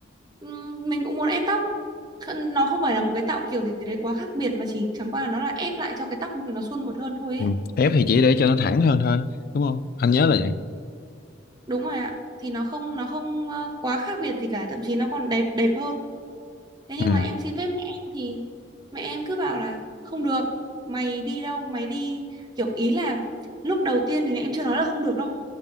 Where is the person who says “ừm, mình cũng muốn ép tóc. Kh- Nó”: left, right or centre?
Right